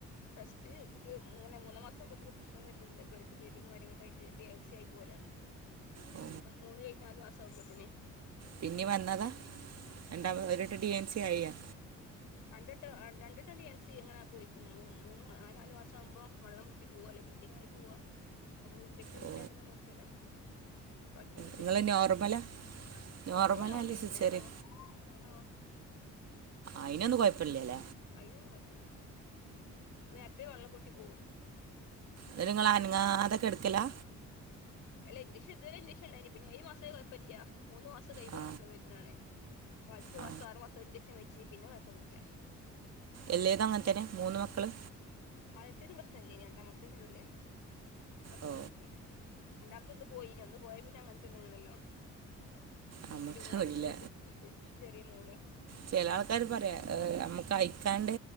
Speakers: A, on the left (about 85°); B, on the right (about 55°).
A: റെസ്റ്റ് എനിക്ക് മൂന്ന് മൂന്ന മാസം മുമ്പത്തെനും പ്രശ്ന വല്ല്യണ്ട് ബ്ലഡ്ഡ് ബ്ലീഡിങ്ങും കാര്യങ്ങളൊക്കായിട്ട് ഡി എൻ സി ആയി പോവലാണ്
B: ഓ
A: മൂന്ന് കഴിഞ്ഞാലു മാസം ആവുമ്പോത്തേനെ
B: പിന്നി വന്നതാ രണ്ടാമത് ഒരിട്ട് ഡി എൻ സി ആയോ
A: രണ്ടിട്ട് രണ്ടിട്ട്ണ്ട് ഡി അൻ സി എങ്ങനെ പോയിക്ക്ണ് മൂന്ന് ആഹ് നാല് മാസംകുമോ വെ കുട്ടി പോവാ അല്ലെ വീഡിങ് ആയി പോവാ അപ്പ ഒരു ഇൻചക്ഷൻ
B: ഓ
A: വെച്ചാണ്ട് ഇങ്ങനെ നിർത്തലാ പ്പോ ഭക്ഷ ഇന്തഷം
B: നിങ്ങൾ
A: വെച്ച
B: നോർമലാ
A: <unintelligible>
B: നോർമലാ
A: പ്രസവം നോർമലന്നെ
B: അല്ലേ സിസ്റ്ററി
A: ആഹ് ആഹ്
B: അയ്നൊന്നും കൊയപ്പല്ലലേ
A: അയ്നൊന്നും കൊഴപ്പ്ല്ല നേരത്തെ വെള്ളം പൊട്ടി പോവും
B: ന്ന്ട്ട്ങ്ങള് അനങ്ങാതെ കെടക്കലാ
A: അല്ല ഇൻഞ്ചഷൻ ഇതുവരെ ഇൻജക്ഷൻണ്ടായിന് പിന്നെ ഏഴ് മാസവേ കൊയപ്പ്ല്ല്യാ മൂന്ന് മാസം കൈയുമ്പോ
B: ആ
A: പ്രശ്നം വെരുന്നാണ് അപ്പ അഞ്ച്
B: ആ
A: മാസം ആറ് മാസം ഇൻജെക്ഷൻ വെച്ച് പിന്നെ കൊഴപ്പൊന്നുല്ല
B: എല്ലേതും അങ്ങൻത്തെന്നെ മൂന്ന് മക്കള്
A: ആദ്യത്തേന് പ്രശ്നല്ലേനി രണ്ടാമത്തേ മുതലേ പ്രശ്നം
B: ഓ
A: തൊടങ്ങിയെ രണ്ടാമത്തൊന്ന് പോയിനി ഒന്ന് പോയേ പിന്നെ അങ്ങൻ തന്നേണല്ലോ
B: നമുക്കറിയില്ല
A: പിന്നെ മൂന്നാമത്തതെന്റെ ഈ ച് ചെറിയ മോള്
B: ചെല ആൾക്കാര് പറയാ ആഹ് അമ്മക്ക് ആയ്ക്കാണ്ട്